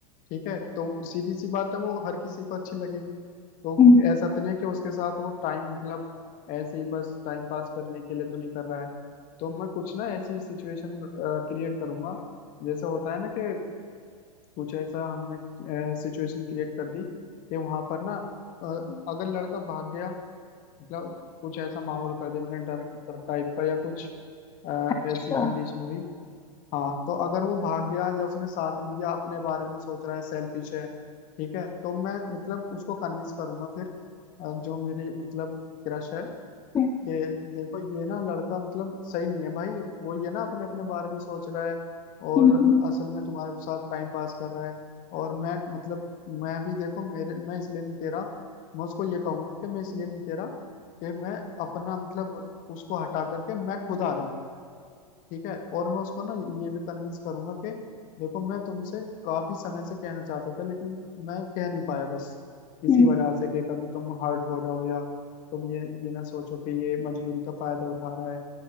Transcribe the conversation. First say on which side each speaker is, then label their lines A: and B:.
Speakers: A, on the left; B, on the left.
A: ठीक है तो सीधी सी बात है वो हर किसी को अच्छी लगेगी तो
B: हम्म,
A: ऐसा तो नहीं है कि उसके साथ वो टाइम मतलब ऐसे ही बस टाइम पास करने के लिए तो नहीं कर रहा है तो मैं कुछ ना ऐसी सिचुएशन क्रिएट करूंगा जैसे होता है ना कि कुछ ऐसा हमने सिचुएशन क्रिएट कर दी कि वहां पर ना अ, अगर लड़का भाग गया मतलब कुछ ऐसा माहौल कर दिया मैंने डर डर टाइप का या कुछ अ,
B: अच्छा
A: ऐसी कंडीशन हुई हाँ तो अगर वो भाग गया या उसने साथ नहीं दिया अपने बारे में सोच रहा है सेल्फिश है ठीक है तो मैं मतलब उसको कन्विंस करूंगा फिर अ, जो मेरी मतलब क्रश है
B: हम्म,
A: कि देखो ये ना लड़का मतलब सही नहीं है भाई वो ये ना अपने अपने बारे में सोच रहा है और
B: हम्म, हम्म,
A: असल में तुम्हारे साथ टाइम पास कर रहा है और मैं मतलब मैं भी देखो मेरे मैं इसलिए नहीं कह रहा मैं उसको ये कहूंगा कि मैं इसलिए नहीं कह रहा कि मैं अपना मतलब उसको हटा करके मैं खुद आ जाऊं ठीक है और मैं उसको ना ये भी कन्विंस करूंगा कि देखो मैं तुमसे काफी समय से कहना चाहता था लेकिन मैं कह नहीं पाया बस इसी
B: हम्म,
A: वजह से कि कभी तुम हर्ट हो जाओ या तुम ये ये ना सोचो कि ये मजबूरी का फायदा उठा रहा है